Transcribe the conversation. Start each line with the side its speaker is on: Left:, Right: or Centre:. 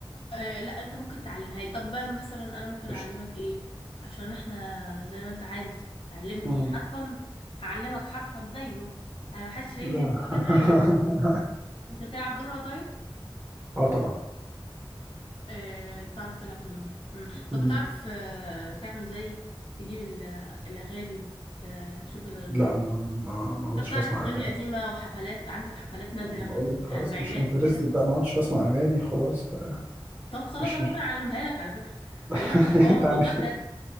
Left: آه لا انت ممكن تعلمها لي طب بقى مثلا انا ممكن
Right: قشطة
Left: اعلمك ايه عشان احنا زي ما انت عارف تعلمني
Right: مم.
Left: حرفا هعلمك حرفا زيه انا محدش شايل
Right: لا
Left: لي
Right: <laughs>
Left: جمايل انت بتلعب دومنة طيب
Right: اه طبعا
Left: آه بتعرف تلعب دومنا مم. طب
Right: مم.
Left: بتعرف آه تعمل زي تجيب ال- الأغاني وتشوف ال...
Right: لا ما ما ما عدتش
Left: طب بتعرف
Right: بسمع
Left: أغاني
Right: اغاني
Left: قديمة وحفلات عندك حفلات نادرة
Right: بقول
Left: من
Right: لك
Left: الأربعينات
Right: خلاص مش انترستد
Left: وكده
Right: بقى ما عدتش بسمع اغاني خلاص فمش
Left: طب خلاص أنا
Right: مش
Left: ممكن أعلمها لك على فكرة
Right: <laughs>
Left: أعلمك الحوار
Right: تعال-
Left: والله بجد